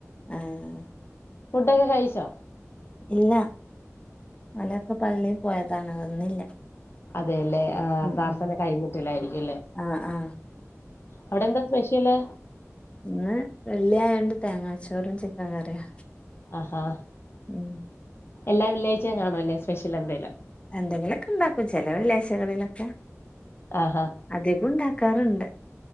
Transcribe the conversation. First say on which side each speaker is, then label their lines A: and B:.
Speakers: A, on the left; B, on the left.
A: ആഹ്‌
B: ഫുഡൊക്കെ കഴിച്ചോ
A: ഇല്ല ഇവലൊക്കെ പള്ളീ പോയതാണ് വന്നില്ല
B: അതേല്ലേ ആഹ്‌
A: ഉം
B: പ്രാർത്ഥന
A: ഉം
B: കഴിഞ്ഞിട്ടില്ലായിരിക്ക്യും അല്ലേ
A: ആഹ് ആഹ്
B: അവിടെ എന്താ സ്പെഷ്യെല്
A: ഇന്ന് വെള്ള്യായോണ്ട് തേങ്ങാച്ചോറും ചിക്കൻ കറിയും
B: ആഹാ
A: ഉം
B: എല്ലാ വെള്ള്യാഴ്ചേം കാണു അല്ലേ സ്പെഷ്യെലെന്തേലും
A: എന്തെങ്കിലൊക്കെണ്ടാക്കും ചെലെ വെള്ള്യായ്ചകളിലൊക്കെ
B: ആഹാ
A: അധികും ണ്ടാക്കാറ്ണ്ട്